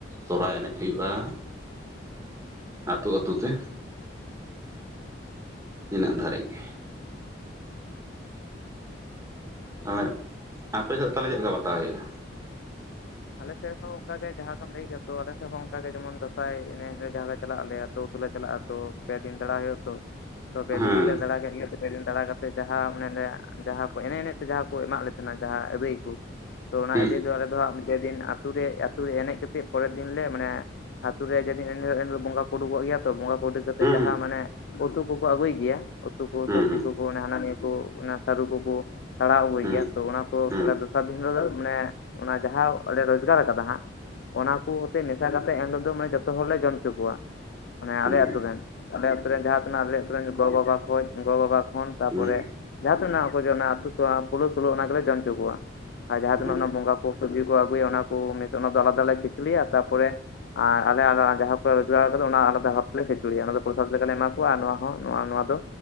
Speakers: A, on the right; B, on the left.
A: ᱥᱚᱨᱦᱟᱭ ᱮᱱᱮᱡ ᱦᱩᱭᱩᱜᱼᱟ᱾ ᱟᱛᱩ ᱟᱛᱩ ᱛᱮ᱾ ᱤᱱᱟᱹᱜ ᱫᱷᱟᱹᱨᱤᱡ ᱜᱮ ᱮᱜ ᱟᱯᱮ ᱥᱮᱫ ᱛᱟᱦᱚᱞᱮ ᱪᱮᱫ ᱞᱮᱠᱟ ᱵᱟᱛᱟᱣ ᱦᱩᱭᱩᱜᱼᱟ?
B: ᱟᱞᱮ ᱥᱮᱫ ᱦᱚᱸ ᱚᱱᱠᱟ ᱜᱮ ᱡᱟᱦᱟᱸ ᱠᱚᱢ ᱞᱟᱹᱭ ᱠᱮᱫ-ᱟ ᱛᱚ ᱟᱞᱮ ᱥᱮᱫ ᱦᱚᱸ ᱚᱱᱠᱟ ᱜᱮ ᱡᱮᱢᱚᱱ ᱫᱟᱸᱥᱟᱭ ᱮᱱᱮᱡ ᱨᱮ ᱡᱟᱦᱟᱸᱞᱮ ᱪᱟᱞᱟᱜ ᱟᱞᱮ ᱚᱛᱩᱞᱮ ᱪᱟᱞᱟᱜ-ᱟ ᱛᱚ ᱯᱮ ᱫᱤᱱ ᱫᱟᱬᱟ ᱦᱩᱭᱩᱜ-ᱟ ᱛᱚ ᱯᱮ
A: ᱦᱮᱸ
B: ᱫᱤᱱ ᱜᱮᱞᱮ ᱫᱟᱬᱟ ᱠᱮᱫ ᱜᱮ᱾ ᱯᱮ ᱫᱤᱱ ᱫᱟᱬᱟ ᱠᱟᱛᱮ ᱡᱟᱦᱟᱸ ᱚᱱᱮ ᱡᱟᱦᱟᱸ ᱠᱚ ᱮᱱᱮᱡ ᱮᱱᱮᱡ ᱡᱟᱦᱟᱸ ᱠᱚ ᱮᱢᱟᱜ ᱞᱮ ᱛᱟᱦᱮᱱᱟ ᱡᱟᱦᱟᱸ ᱟᱹᱫᱟᱹᱭ ᱠᱚ, ᱛᱚ ᱚᱱᱟ
A: ᱦᱩᱸ
B: ᱤᱫᱤᱭ ᱫᱚ ᱟᱞᱮ ᱫᱚ ᱦᱟᱸᱜ ᱡᱮ ᱫᱤᱱ ᱟᱛᱩ ᱨᱮ, ᱟᱛᱩ ᱨᱮ ᱮᱱᱮᱡ ᱠᱟᱛᱮᱜ ᱯᱚᱨᱮᱨ ᱫᱤᱱ ᱞᱮ ᱢᱟᱱᱮ ᱟᱛᱩ ᱨᱮ ᱡᱮ ᱫᱤᱱ ᱮᱱᱮᱡ ᱦᱩᱭᱩᱜ-ᱟ ᱮᱱᱦᱤᱞᱳᱜ ᱵᱚᱸᱜᱟ ᱠᱚ ᱩᱰᱩᱠᱚᱜ ᱜᱮᱭᱟ ᱛᱚ ᱵᱚᱸᱜᱟ ᱠᱚ ᱩᱰᱩᱠ ᱠᱟᱛᱮ
A: ᱦᱩᱸ
B: ᱡᱟᱦᱟᱸ ᱢᱟᱱᱮ ᱩᱛᱩ ᱠᱚᱠᱚ ᱟᱹᱜᱩᱭ ᱜᱮᱭᱟ ᱩᱛᱩ ᱠᱚ,
A: ᱦᱩᱸ
B: ᱥᱚᱵᱡᱤ ᱠᱚ, ᱦᱟᱱᱟ ᱱᱤᱭᱟᱹ ᱠᱚ ᱚᱱᱟ ᱥᱟᱹᱨᱩ ᱠᱚᱠᱩ ᱥᱟᱲᱟᱣ ᱟᱹᱜᱩᱭ
A: ᱦᱩᱸ
B: ᱜᱮᱭᱟ ᱛᱚ ᱚᱱᱟ ᱠᱚ
A: ᱦᱩᱸ
B: ᱛᱟᱦᱚᱞᱮ
A: ᱦᱩᱸ ᱦᱩᱸ
B: ᱫᱚᱥᱟᱨ ᱫᱤᱱ ᱦᱤᱞᱳᱜ ᱫᱚ ᱢᱟᱱᱮ ᱚᱱᱟ ᱡᱟᱦᱟᱸᱞᱮ ᱨᱚᱡᱽᱜᱟᱨ ᱟᱠᱟᱫᱟ ᱦᱟᱸᱜ ᱚᱱᱟ ᱠᱚ ᱢᱮᱥᱟ ᱠᱟᱛᱮᱫ ᱮᱱᱦᱤᱞᱳᱜ ᱫᱚᱢᱮ ᱡᱚᱛᱚ ᱦᱚᱲᱞᱮ ᱡᱚᱢ ᱚᱪᱚ ᱠᱚᱣᱟ᱾ ᱢᱟᱱᱮ
A: ᱦᱩᱸ
B: ᱟᱞᱮ
A: ᱦᱩᱸ
B: ᱟᱛᱩ ᱨᱮᱱ, ᱟᱞᱮ ᱟᱛᱩ ᱨᱮᱱ ᱡᱟᱦᱟᱸ ᱛᱤᱱᱟᱹᱜ ᱟᱞᱮ ᱟᱛᱩ ᱨᱮᱱ ᱜᱚ ᱵᱟᱵᱟ ᱠᱷᱚᱡ, ᱜᱚ ᱵᱟᱵᱟ ᱠᱷᱚᱱ ᱛᱟᱨᱯᱚᱨᱮ
A: ᱦᱩᱸ ᱦᱩᱸ
B: ᱡᱟᱦᱟᱸ ᱛᱤᱱᱟᱹᱜ ᱦᱚᱲᱠᱚ ᱦᱟᱹᱡᱩ ᱚᱱᱟ ᱟᱛᱩ ᱯᱳᱞᱳ ᱥᱩᱞᱳᱟᱱᱟ ᱜᱮᱞᱮ ᱡᱚᱢ ᱚᱪᱚ ᱠᱚᱣᱟ᱾ ᱟᱨ ᱡᱟᱦᱟᱸ
A: ᱦᱩᱸ
B: ᱛᱤᱹᱜ
A: ᱦᱩᱸ ᱦᱩᱸ
B: ᱚᱱᱟ ᱵᱚᱸᱜᱟ ᱠᱚ ᱥᱚᱵᱡᱤ ᱠᱚ ᱟᱹᱜᱩᱣᱟ ᱚᱱᱟ ᱠᱚ ᱢᱮ ᱚᱱᱟ ᱫᱚ ᱟᱞᱟᱫᱟᱞᱮ ᱠᱷᱤᱪᱩᱲᱤᱭᱟ ᱛᱟᱯᱚᱨᱮ ᱟᱨ ᱟᱞᱮ ᱡᱟᱦᱟᱸ ᱠᱚ ᱨᱳᱡᱽᱜᱟᱨ ᱠᱟᱫᱟ ᱟᱨ ᱟᱞᱮ ᱚᱱᱟ ᱡᱟᱸᱜᱟ ᱠᱚ ᱟᱹᱜᱩᱭᱟ ᱚᱱᱟ ᱫᱚᱞᱮ ᱠᱷᱤᱪᱩᱲᱤᱭᱟ ᱚᱱᱟ ᱫᱚ ᱯᱨᱚᱥᱟᱫᱽ ᱞᱮᱠᱟᱞᱮ ᱮᱢᱟ ᱠᱚᱣᱟ ᱟᱨ ᱱᱚᱣᱟ ᱦᱚᱸ ᱱᱚᱣᱟ ᱫᱚ